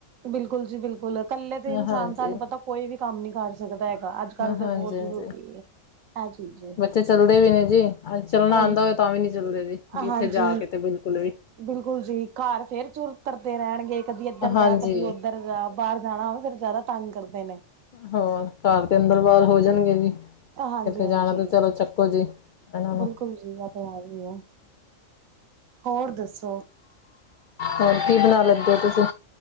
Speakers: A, on the right; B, on the left.
A: ਬਿਲਕੁਲ ਜੀ ਬਿਲਕੁਲ ਕੱਲੇ ਤੇ ਇਨਸਾਨ,
B: ਹਾਂਜੀ
A: ਤਆਨੂੰ ਪਤਾ ਕੋਈ ਵੀ ਕੰਮ ਨੀ ਕਰ ਸਕਦਾ ਹੈਗਾ। ਅੱਜ ਗੱਲ,
B: ਹਾਂਜੀ
A: ਤੇ ਬੋਤ ਜ਼ਰੂਰੀ ਏ।
B: <inaudible>
A: <unintelligible>
B: ਥੇ ਚੱਲਦੇ ਵੀ ਨੇ ਜੀ, ਚੱਲਣਾ
A: ਉਹੀ
B: ਆਂਦਾ ਹੋਵੇ ਤਾਂ ਵੀ ਨੀ ਚੱਲਦੇ ਜੀ,। ਇੱਥੇ
A: ਹਾਂਜੀ
B: ਜਾ ਕੇ ਤੇ ਬਿਲਕੁਲ ਵੀ
A: ਬਿਲਕੁਲ ਜੀ, ਘਰ ਫੇਰ ਚੁਰਤਰਦੇ ਰੈਣਗੇ, ਕਦੀ ਏਧਰ
B: ਹਾਂਜੀ
A: ਜਾ ਕਦੀ ਔਧਰ। ਬਾਰ ਜਾਣਾ ਹੋਵੇ, ਫੇਰ ਜ਼ਾਦਾ ਤੰਗ ਕਰਦੇ ਨੇ।
B: ਹੋਰ ਕਰ ਦੇ, ਅੰਦਰ-ਬਾਰ ਹੋ ਜਾਣਗੇ ਜੀ। ਕਿੱਥੇ
A: ਹਾਂਜੀ ਹਾਂਜੀ
B: ਜਾਣਾ ਤੇ? ਚਲੋ, ਚੱਕੋ ਜੀ। ਇਨਾੱ ਨੁ।
A: ਬਿਲਕੁਲ ਜੀ ਇਹ ਤੇ ਹੈ ਹੀ ਹੈ ਹੋਰ ਦੱਸੋ।
B: ਹੋਰ ਕੀ ਬਣਾ ਲੈਂਦੇ ਹੋ ਤੁਸੀਂ।